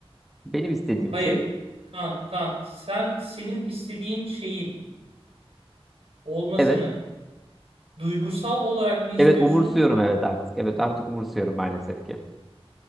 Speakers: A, in the centre; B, on the right.
A: Benim istediğim
B: Hayır.
A: şey
B: Kan, kan. Sen senin istediğin şeyin olmasını
A: evet
B: Duygusal olarak mı istiyorsun?
A: evet umursuyorum evet artık evet artık umursuyorum maalesef ki.